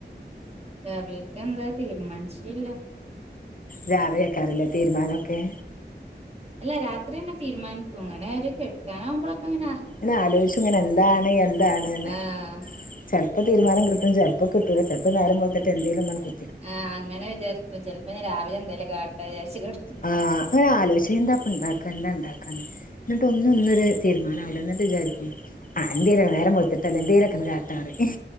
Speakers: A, on the right (about 35°); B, on the left (about 50°).
A: രവിലക്കെന്താ തീരുമാനിച്ചില്ല
B: രാവിലേക്കറീല്ലേ തീരുമാനൊക്കെ
A: അല്ല രാത്രി തന്നെ തീരുമാനിക്കും അങ്ങനൊരു കിടക്കാനാവുമ്പളൊക്കങ്ങനെ
B: ങ്ങനെ ആലോയിച്ചും ഇങ്ങനെ എന്താണ് എന്താണ്ന്ന്
A: ആഹ്
B: ചെലപ്പൊ ചിലപ്പോ തീരുമാനം കിട്ടും ചിലപ്പോ കിട്ടൂല ചെലപ്പോ നേരം വെളുത്തിട്ടെന്തേലും ങ്ങ്ട്
A: ആഹ് അങ്ങനെ വിചാരിക്കും ചിലപ്പോ ഇഞ്ഞി രാവിലെ എന്തേലേ കാട്ടാ വിചാരിച്ച് കിടക്കും
B: ആഹ് അങ്ങനെ ആലോയ്ക്കും എന്താപ്പൊണ്ടാക്ക എന്താ ഇണ്ടാക്കന്ന് എന്നിട്ട് ഒന്നുന്നൊരു തീരുമാനം ആവൂലന്നിട്ട് വിചാരിക്കും ആ ന്റെരു നേരം വെളുത്തിട്ടല്ലെ എന്തേലൊക്കെങ്ങ്കാട്ടാറയിം